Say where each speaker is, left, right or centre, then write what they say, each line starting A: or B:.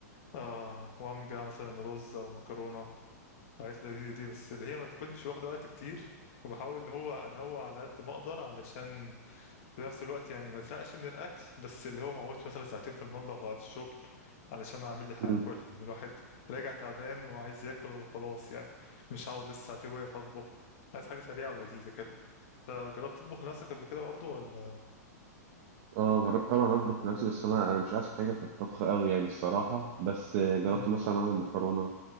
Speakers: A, on the left (about 55°); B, on the right (about 50°).
A: آه وعمجة مثلا رز أو مكرونة حاجات لذيذة دي بس اللي هي ما تكونش واخدة وقت كتير وبحاول اللي هو أنوع على قد ما أقدر علشان في نفس الوقت يعني ما أزهقش من الأكل بس اللي هو ما أقعدش مثلا ساعتين في المطبخ بعد الشغل علشان أعمل لي حاجة
B: مم.
A: أكلها يعني الواحد راجع تعبان وعايز ياكل وخلاص يعني مش هقعد لسه ساعتين واقف أطبخ عايز حاجة سريعة ولذيذة كده أنت جربت تطبخ لنفسك قبل كده برضه ولا
B: اه جربت طبعا اطبخ لنفسي بس انا انا مش احسن حاجه في الطبخ قوي يعني الصراحه بس جربت
A: مم،
B: مثلا اعمل مكرونه